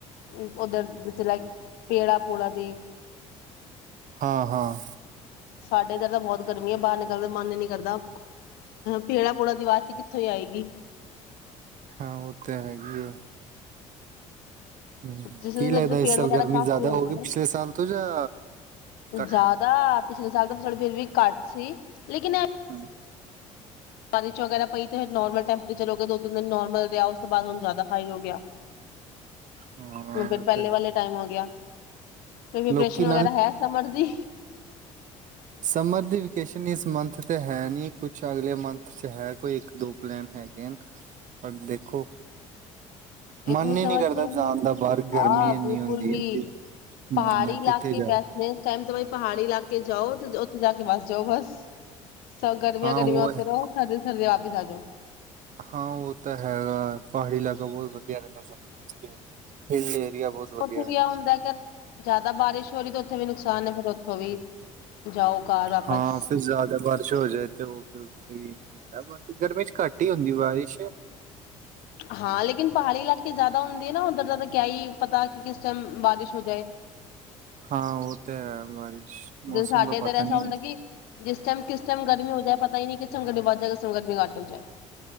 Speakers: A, on the left (about 70°); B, on the right (about 50°).
A: ਉ ਓਧਰ ਚ ਲਾਈਕ ਪੇੜਾਂ ਪੂੜਾਂ ਦੀ
B: ਹਾਂ ਹਾਂ।
A: ਸਾਡੇ ਇੱਧਰ ਤਾਂ ਬਹੁਤ ਗਰਮੀ ਐ। ਬਾਹਰ ਨਿਕਲ ਦਾ ਮਨ ਈ ਨੀ ਕਰਦਾ। ਪੈੜਾ ਪੂੜਾਂ ਦੀ ਵਾਜ਼ ਕਿੱਥੋਂ ਈ ਆਏਗੀ।
B: ਹਾਂ ਉਹ ਤਾਂ ਹੈਗੀ ਐ। ਹਮ
A: ਜਿਸ
B: ਕੀ ਲੱਗਦਾ
A: ਦੇ ਪੇੜ
B: ਇਸ ਸਾਲ
A: ਵਗੈਰਾ
B: ਗਰਮੀ
A: ਕਾਫੀ
B: ਜ਼ਿਆਦਾ
A: ਹੋਣਗੇ
B: ਹੋਉਗਈ ਪਿਛਲੇ ਸਾਲ ਤੋਂ ਜਾਂ
A: ਨਾ
B: ਘੱਟ?
A: ਜ਼ਿਆਦਾ ਪਿਛਲੇ ਸਾਲ ਤਾਂ ਫਿਰ ਵੀ ਘੱਟ ਸੀ, ਲੇਕਿਨ ਐ
B: ਹੂੰ।
A: ਬਾਰਿਸ਼ ਵਗੈਰਾ ਪਈ ਤੇ ਫਿਰ ਨੋਮਲ ਟੈਂਪਰੇਚਰ ਹੋ ਗਏ ਦੋਿੰਨ ਦਿਨ ਨੋਾਰਮਲ <unintelligible> ਉਸ ਤੋਂ ਬਾਅਦ ਹੁਣ ਜ਼ਿਆਦਾ ਹਾਈ ਹੋ ਗਿਆ
B: ਹਾਂ
A: ਹੁਣ ਫਿਰ
B: ਉਹ
A: ਪਹਿਲੇ
B: ਤਾਂ ਹੈ
A: ਵਾਲੇ ਟਾਈਮ ਹੋ ਗਿਆ ਕੋਈਪ੍ਰਸ਼ਨ
B: ਲੋਕੀ ਨਾਲ
A: ਵਗੈਰਾ ਹੈ ਸਮਰ ਦੀ
B: ਸਮਰ ਦੀ ਵੇਕੇਸ਼ਨ ਇਸ ਮੰਥ 'ਤੇ ਹੈ ਨਹੀਂ ਕੁਛ ਅਗਲੇ ਮੰਥ 'ਚ ਹੈ ਕੋਈ ਇੱਕ ਦੋ ਪਲੈਨ ਹੈਗੇ ਹਨ ਪਰ ਦੇਖੋ ਮਨ
A: ਇਤਨੀ ਸਮਝ
B: ਹੀ ਨਹੀਂ ਕਰਦਾ ਜਾਣ ਦਾ ਬਾਹਰ ਗਰਮੀ
A: ਆਹ
B: ਇੰਨੀ
A: ਬਿਲਕੁਲ
B: ਹੁੰਦੀ
A: ਵੀ
B: ਹੈ ਤੇ
A: ਪਹਾੜੀ
B: ਬੰਦਾ
A: ਇਲਾਕੇ
B: ਕਿੱਥੇ ਜਾਵੇ
A: ਬੈਸ ਟਾਈਮ ਪਹਾੜੀ ਇਲਾਕੇ ਜਾਓ ਤੇ ਉੱਥੇ ਜਾ ਕੇ ਵਸ ਜਾਓ ਬਸ ਸ ਗਰਮੀਆਂ
B: ਹਾਂ
A: ਗਰਮੀਆਂ
B: ਉਹ
A: ਉੱਥ
B: ਹੈ,
A: ਰਹੋ <unintelligible> <unintelligible>
B: ਹਾਂ ਉਹ ਤਾਂ ਹੈਗਾ ਪਹਾੜੀ ਇਲਾਕਾ ਬਹੁਤ ਵਧੀਆ ਰਹਿੰਦਾ ਸਮਰ ਵਾਸਤੇ ਏਰੀਆ ਬਹੁਤ ਵਧੀਆ
A: ਉੱਥੇ
B: ਰਹਿੰਦਾ
A: ਵੀ ਆ ਹੁੰਦਾ ਕਿ ਜ਼ਿਆਦਾ ਬਾਰਿਸ਼ ਹੋ ਰਹੀ ਤੇ ਉੱਥੇ ਵੀ ਨੁਕਸਾਨ ਹੈ ਫੇਿਰ ਉੱਥੋਂ ਵੀ ਜਾਓ ਘਰ ਵਾਪਸ
B: ਹਾਂ ਫਿਰ ਜ਼ਿਆਦਾ ਬਾਰਿਸ਼ ਹੋ ਜਾਏ ਤੇ ਉਹ ਫਿਰ ਉੱਥੇ ਵੀ ਹੁੰਦਾ ਬੱਟ ਗਰਮੀ ਚ ਘੱਟ ਹੀ ਹੁੰਦੀ ਬਾਰਿਸ਼
A: ਹਾਂ ਲੇਕਿਨ ਪਹਾੜੀ ਇਲਾਕੇ ਜ਼ਿਆਦਾ ਹੁੰਦੇ ਹੈ ਨਾ ਉੱਧਰ ਦਾਿਆਦਾ ਕਿਆ ਹੀ ਪਤਾ ਕਿਸ ਟਾਈਮ ਬਾਰਿਸ਼ ਹੋ ਜਾਏ
B: ਹਾਂ ਉਹ ਤੇ ਹੈ <unintelligible> ਮੌਸਮ
A: ਸਾਡੇ
B: ਦਾ
A: ਇੱਧਰ
B: ਪਤਾ
A: ਐਸਾ
B: ਨਹੀਂ
A: ਹੁੰਦਾ ਕਿ ਜਿਸ ਟਾਈਮ ਕਿਸ ਟਾਈਮ ਗਰਮੀ ਹੋ ਜਾਏ ਪਤਾ ਹੀ ਨਹੀ ਸੰਗਤ ਵੀ ਵੱਧ ਜਾਏ ਸੰਗਤ ਵੀ ਘੱਟ ਹੋ ਜਾਏ